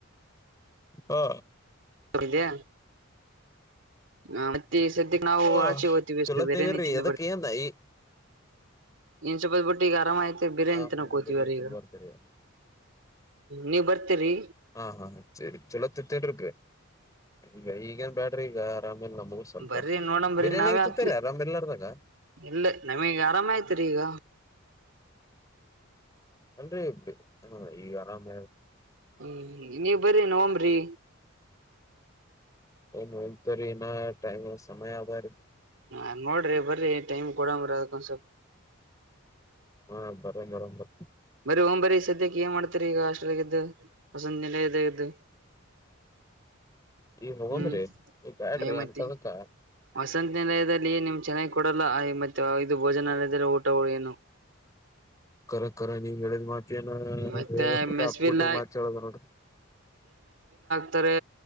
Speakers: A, on the left; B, on the right.
A: ಹಾ
B: ೆಯ ಹ ಮತ್ತೆ ಸದ್ಯಕ್ಕೆ ನಾವು
A: ಹ
B: ಆಚೆ ಹೋಗ್ತೀವಿ ಅಷ್ಟ
A: ಚಲೋ
B: ಬೇರೆ
A: ತಗರಿ
B: ನೀ ತಿಂದ
A: ಎದಕ್
B: ಬರ್ತೀವಿ
A: ಏನ್ ಈ
B: ಇನ್ ಸ್ವಲ್ಪತ್ ಬಿಿಟ್ಟು ಈಗ ಆರಾಮ ಐತೆ ಬೇರೆ
A: ಹ
B: ಇಂತನ
A: ಹಾ
B: ಕೋತಿವ್ರ
A: ಬೇರೆ ತಿನ್
B: ಈಗ
A: ಬರ್ತೀರಿ
B: ನೀವ್ ಬರ್ತೀರಿ
A: ಹಾ ಹಾ ಚಲೋ ತಿತ್ತನ್್ರ ಈಗ ಈಗೇನ್ ಬ್ಯಾಡ್ರಿ ಈಗ ಆರಾಮ್ ನ ಮೂರು ಸ್ವಲ್ಪ
B: ಬರ್ರಿ ನೋಡಂಬರ್ರಿ
A: ಬಿರಿಯಾನಿ
B: ನಾವೇ
A: ಹಂಗ
B: ಹಾಕ್ತಿವಿ
A: ತತರಿ ಅರಾಮ್ ಎಲೆಾರದಾಗ
B: ಇಲ್ಲ ನಮಗ್ ಆರಾಮಯ್ತಿರಿ ಈಗ
A: ಅಲ್ೀ ಹ ಈಗ ಆರಾಮ
B: ಹ್ಮ್ ನೀವ್ ಬರಿ ನವಂಬ್ರಿ
A: ಮಲ್ತ ರ ಇ ೈಮ ಸಮಯ ಆಭಾರ
B: ಹ ನೋಡ್ರಿ ಬರ್ರಿ ಟೈಮ್ ಕೊಡಂಬ್ರಿ ಅದಕ್ಕೊಂದ ಸ್ವಲ್ಪ
A: ಹಾ ಬರಿ ಬರಾಮ ಬ
B: ಬರೀ ಓಂ ಬರೀ ಸದ್ಯಕ್ಕೆ ಏನ್ ಮಾಡ್ತರಿ ಈಗ ಹಾಸ್ಟೆಲ್ಗೆ ಇದ್ದು ಹೊಸಂದ ನೆಲ ಇದ ಇದ್ದು
A: ಈ ಹೋಗನ್್ರಿ
B: ಹ್ಮ್
A: ಈ ಬ್ಯಾಡ್ರಿ
B: ಅಯ ಮತ್ತೆ
A: ಅನ್ಕದಕ್ಕ
B: ವಸಂತ ನಿಲಯದಲ್ಲಿ ನಿಮ್ ಚೆನ್ನಾಗಿ ಕೊಡಲ್ಲ ಮತ್ತೆ ಇದು ಭೋಜನಾಲಯದಲ್ಲಿ ಊಟಗಳು ಏನು
A: ಕರಕ್ ಕರ ನೀ ನಡದ ಮಾಡ ನ
B: ಮತ್ತೆ
A: ಹೇಳೋಡ
B: ಮೆಸ್ಬಿಲ್ಲ
A: ಅಪ್ಪ ಕೊಟ್ರಿ ಮಚ್ದ ನೋಡ್ರಿ
B: ಹಕ್ತಾರೆ